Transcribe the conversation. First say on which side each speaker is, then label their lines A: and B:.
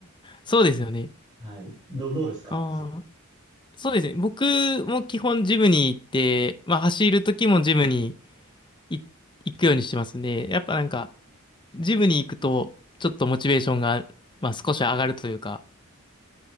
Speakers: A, on the left; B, on the right.
A: そうですよね。
B: はい。どう、どうですか
A: ああ、そうですね。僕も基本ジムに行って、まあ、走る時もジムに行行くようにしてますね。やっぱなんか、ジムに行くと、ちょっとモチベーションが、まあ、少し上がるというか。